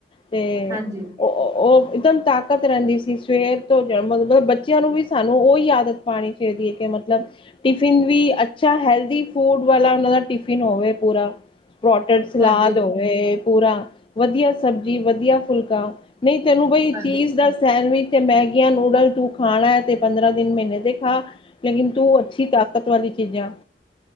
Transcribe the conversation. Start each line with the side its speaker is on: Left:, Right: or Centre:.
Left: ਤੇ
Right: ਹਾਂਜੀ
Left: ਅਉ ਔ ਉਹ। ਇੱਕਦਮ ਤਾਕਤ ਰਹਿੰਦੀ ਸੀ ਸਵੇਰ ਤੋਂ ਜਾ ਮਤਲਬ, ਬੱਚਿਆਂ ਨੂੰ ਵੀ ਸਾਨੂੰ ਉਹੀ ਆਦਤ ਪਾਨੀ ਚਾਹਿਦੀ ਏ ਕਿ ਮਤਲਬ। ਟਿਫਿਨ ਵੀ ਅੱਛਾ ਹੈਲਦੀ ਫੂਡ ਵਾਲਾ ਉਹਨਾਂ ਦਾ ਟਿਫਿਨ ਹੋਵੇ ਪੂਰਾ। ਪਰੋਟਡ ਸਲਾਦ
Right: ਹਾਂਜੀ
Left: ਹੋਵੇ ਪੂਰਾ ਵਧੀਆ ਸਬਜ਼ੀ ਵਧੀਆ ਫੁਲਕਾ। ਨਹੀਂ ਤੈਨੂੰ ਬਈ
Right: ਹਾਂਜੀ
Left: ਚੀਜ਼ ਦਾ ਸੈਂਡਵਿੱਚ ਤੇ ਮੈਗੀਆਂ, ਨੂਡਲ ਤੂੰ ਖਾਣਾ ਏ ਤੇ ਪੰਦਰਾਂ ਦਿਨ ਮਹੀਨੇ ਦੇ ਖਾ। ਲੇਕਿਨ ਤੂੰ ਅੱਛੀ ਤਾਕਤ ਵਾਲੀ ਚੀਜ਼ਾਂ।